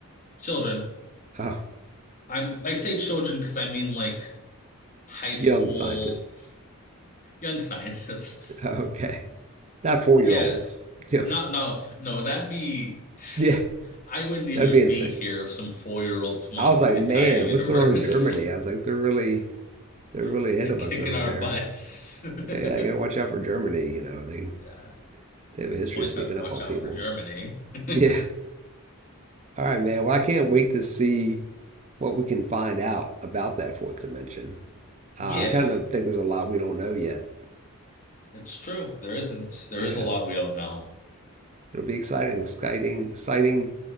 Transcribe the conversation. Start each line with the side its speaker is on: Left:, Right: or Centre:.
Left: Children,
Right: Oh,
Left: I'm I say children because I mean like high school
Right: young scientists. <laughs>
Left: young <laughs> scientists.
Right: Okay. Not four
Left: Yeah,
Right: year olds. <laughs> Yeah.
Left: not no no, that'd be <sighs>
Right: Yeah.
Left: I wouldn't even
Right: That'd be insane.
Left: be here if some four-year-olds modeled
Right: I was like,
Left: the entire
Right: man,
Left: universe.
Right: what's going on in Germany? I was like, they're really they're really
Left: <laughs>
Right: ahead
Left: They're
Right: of
Left: kicking
Right: us over
Left: our
Right: there.
Left: butts. <laughs>
Right: Yeah, I gotta watch out for Germany, you know. They
Left: Yeah.
Right: they have a history
Left: Always
Right: of sneaking
Left: have to watch
Right: up on
Left: out
Right: people.
Left: for Germany. <laughs>
Right: Yeah. All right, man. Well, I can't wait to see what we can find out about that fourth dimension.
Left: Yeah,
Right: Uh, I kind of think there's a lot we don't know yet.
Left: it's true. There isn't, there
Right: Yeah.
Left: is a lot we don't know.
Right: It'll be exciting, exciting, exciting